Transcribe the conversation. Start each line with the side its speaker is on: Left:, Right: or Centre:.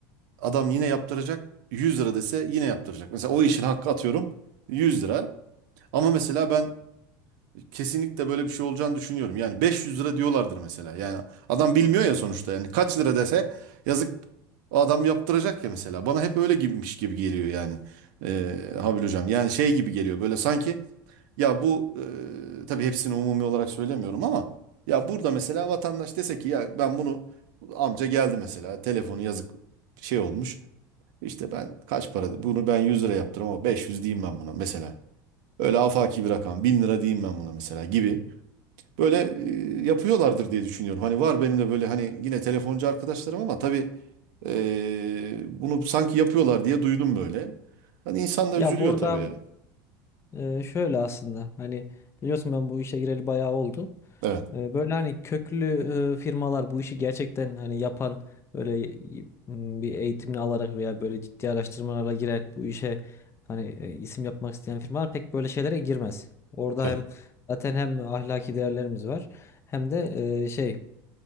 Right: adam yine yaptıracak. yüz lira dese yine yaptıracak. Mesela o işin hakkı atıyorum 100 lira. Ama mesela ben kesinlikle böyle bir şey olacağını düşünüyorum. Yani 500 lira diyorlardır mesela. Yani adam bilmiyor ya sonuçta. Yani kaç lira dese yazık o adam yaptıracak ya mesela. Bana hep öyle gibiymiş gibi geliyor yani. Ee, Habil hocam. Yani şey gibi geliyor böyle sanki ya bu e, tabii hepsini umumi olarak söylemiyorum ama ya burada mesela vatandaş dese ki ya ben bunu amca geldi mesela telefonu yazık şey olmuş. İşte ben kaç paradı bunu ben 100 lira yaptırım ama 500 diyeyim ben buna mesela. Öyle afaki bir rakam 1000 lira diyeyim ben buna mesela gibi. Böyle e, yapıyorlardır diye düşünüyorum. Hani var benim de böyle hani yine telefoncu arkadaşlarım ama tabii e, bunu sanki yapıyorlar diye duydum böyle. Hani insan da
Left: Ya
Right: üzülüyor
Left: burada
Right: tabii yani.
Left: e, şöyle aslında hani biliyorsun ben bu işe gireli bayağı oldu.
Right: Evet,
Left: E, Böyle hani köklü e, firmalar bu işi gerçekten hani yapan böyle y- m, bir eğitimini alarak veya böyle ciddi araştırmalara giren bu işe hani e, isim yapmak isteyen firmalar pek böyle şeylere girmez. Orada
Right: evet,
Left: hem zaten hem ahlaki değerlerimiz var hem de e, şey